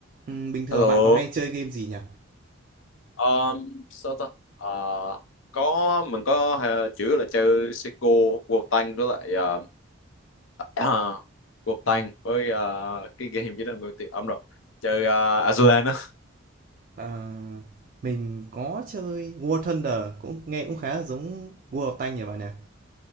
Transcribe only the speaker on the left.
Hello,
um, sao ta? À, có mình có uh, chủ yếu là chơi Seiko, World Tank với lại uh, uh, <coughs> World Tank với uh, cái game gì đó người tiệm âm rồi chơi uh, Azulan á. <laughs>